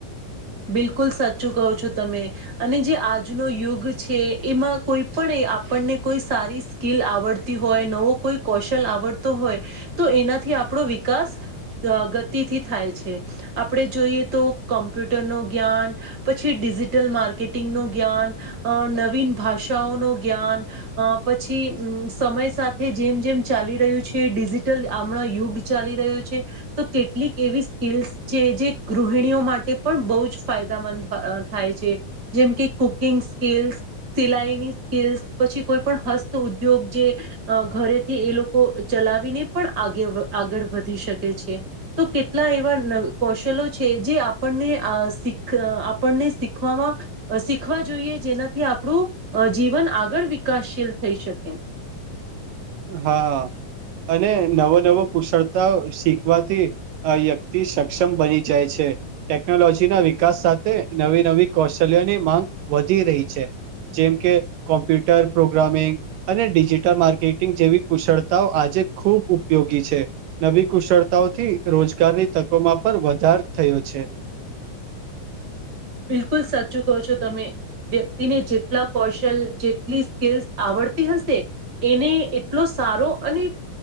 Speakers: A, on the right; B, on the right.
A: બિલકુલ સચ ચુ કહો છો તમે અને જે આજનો યુગ છે એમાં કોઈપણે આપણને કોઈ સારી સ્કીલ આવડતી હોય નવો કોઈ કૌશલ આવડતો હોય તો એનાથી આપણો વિકાસ અ ગતિથી થાય છે આપણે જોઈએ તો કોમ્પ્યુટ રનું જ્ઞાન પછી ડિજિટલ માર્કેટિંગનુ જ્ઞાન નવીન ભાષાઓનો જ્ઞાન પછી સમય સાથે જેમ જેમ ચાલી રહ્યું છે. ડિજિટલ આ યુગ ચાલી રહ્યો છે તો કેટલીક એવી સ્કીલ્સ છે જે ગૃહિણીઓ માટે પણ બહુ જ ફાયદામંદ થાય છે જેમ કે કુકિંગ સ્કીલ્સ, સિલાઈની સ્કીલ્સ પછી કોઈપણ હસ્તઉદ્યોગ જે ઘરેથી એ લોકો ચલાવીને પણ આગેઆગળ વધી શકે છે તો કેટલા એવા કૌશલો છે જે આપણને આપણને શીખવામાં શીખવા જોઈએ. જેનાથી આપણું જીવન આગળ વિકાસશીલ થઈ શકે.
B: હા. અને નવો નવો કુશળતા શીખવાથી આ વ્યક્તિ સક્ષમ બની જાય છે. ટેક્નોલોજીના વિકાસ સાથે નવી નવી કૌશલ્યોની માંગ વધી રહી છે. જેમ કે કોમ્પ્યુટર પ્રોગ્રામિંગ અને ડિજિટલ માર્કેટ જેવી કુશળતાઓ આજે ખુબ ઉપયોગી છે નવી કુશળતાઓથી રોજગારની કોમાં પણ વધાર થયો છે.
A: બિલકુલ સાચું કહો છો તમે. વ્યક્તિને જેટલા કૌશલ જેટલી સ્કલ્સ આવડતી હશે. એને એટલો સારો અને